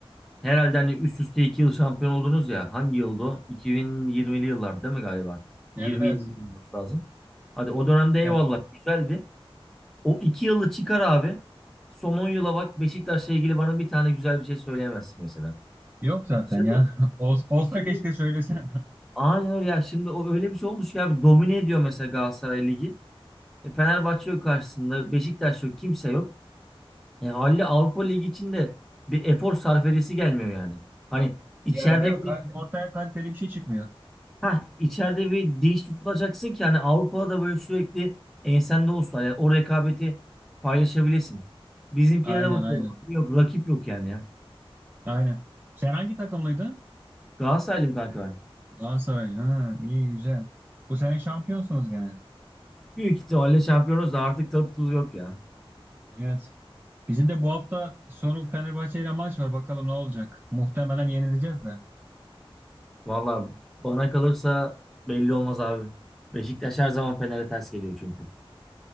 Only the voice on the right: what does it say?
Evet evet.
Evet.
Yok zaten
ya.
<laughs> Ol- Olsa
keşke söylesem. <laughs>
Ya değil mi?
Kay- Ortaya kaliteli bir şey çıkmıyor.
Aynen
aynen.
Aynen. Sen hangi takımlıydın?
Galatasaray. Ha, iyi güzel. Bu sene şampiyonsunuz gene.
Evet. Bizim de bu hafta sonu Fenerbahçe ile maç var. Bakalım ne olacak. Muhtemelen yenileceğiz de.